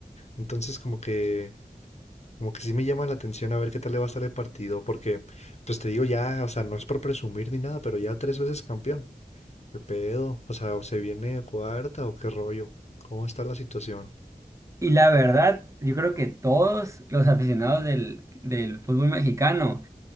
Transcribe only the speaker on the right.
Y la verdad, yo creo que todos los aficionados del, del fútbol mexicano